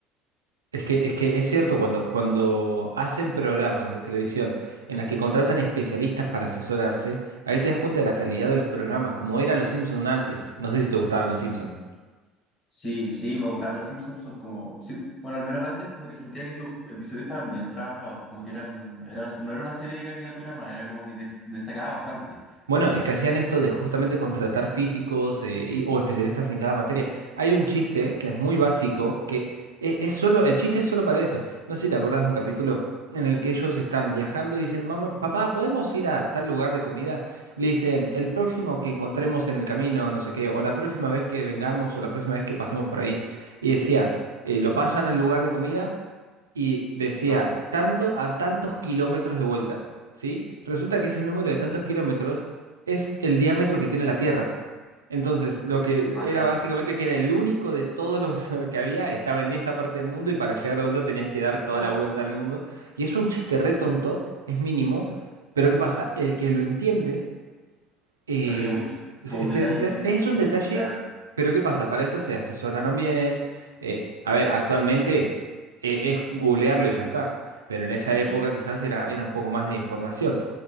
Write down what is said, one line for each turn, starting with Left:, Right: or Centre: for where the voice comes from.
Right: Es que, es que es cierto, cuando, cuando hacen programas de televisión en las que contratan especialistas para asesorarse, ahí te das cuenta de la calidad de los programas, como era Los Simpson antes. No sé si te gustaban Los Simpson.
Left: Sí, sí, me gustaban los Simpsons, son como, sí, bueno, al menos antes como que sentía que sus episodios estaban bien trabajados, como que eran, eran, no era una serie de caricaturas más, era como que des- destacaba bastante.
Right: Bueno, es que hacían esto de justamente contratar físicos eh, y- o especialistas en cada materia. Hay un chiste
Left: Ah,
Right: que es muy básico, que e- es, solo, el chiste es solo para eso. No sé si te acordás de un capítulo en el que ellos están viajando y dicen, mamá, papá, ¿podemos ir a tal lugar de comida? Y le dicen, el próximo que encontremos en el camino, no sé qué, o la próxima vez que vengamos, o la próxima vez que pasemos por ahí. Y decía, eh, lo pasan al lugar de comida y decía,
Left: ah,
Right: tanto a tantos kilómetros de vuelta, ¿sí? Resulta que ese número de tantos kilómetros es el diámetro que tiene la Tierra. Entonces, lo que
Left: ah,
Right: era
Left: claro,
Right: básicamente que era el único de todos los <laughs> que había, estaba en esa parte del mundo y para llegar de vuelta tenías que dar toda
Left: claro.
Right: la vuelta al mundo. Y es un chiste re tonto, es mínimo, pero ¿qué pasa? El que lo entiende eh,
Left: Se ríe mucho, es
Right: se-
Left: como un
Right: se-
Left: detalle
Right: se-
Left: bien
Right: es un detalle,
Left: claro.
Right: pero ¿qué pasa? Para eso se asesoraron bien. eh, a ver, actualmente eh, es googlearlo y ya está. Pero en esa
Left: Sí,
Right: época quizás era, era un poco más de información.